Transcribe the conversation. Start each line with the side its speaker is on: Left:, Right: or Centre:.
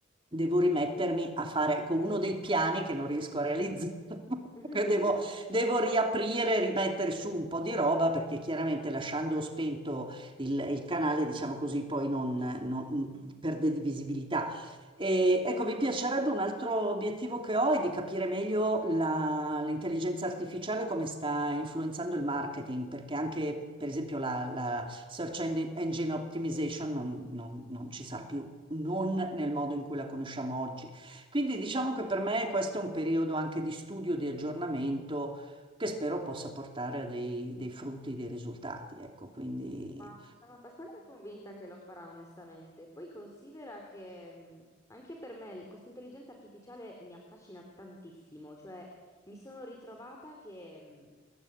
Right: devo rimettermi a fare, ecco, uno dei piani che non riesco a realizzare. <laughs>
Left: <laughs>
Right: che Devo, devo riaprire, rimettere su un po' di roba perché chiaramente lasciando spento il, il canale, diciamo così, poi non, non- perde di visibilità. E, ecco, mi piacerebbe un altro obiettivo che ho è di capire meglio la- l'intelligenza artificiale come sta influenzando il marketing, perché anche, per esempio, la, la search engine engine optimization non, non- non ci sarà più, non nel modo in cui la conosciamo oggi. Quindi diciamo che per me questo è un periodo anche di studio, di aggiornamento, che spero possa portare a dei, dei frutti, dei risultati. Ecco, quindi
Left: Ma sono abbastanza convinta che lo farà, onestamente. Poi considera che mh, anche per me l- questa intelligenza artificiale mi affascina tantissimo, cioè mi sono ritrovata che mh,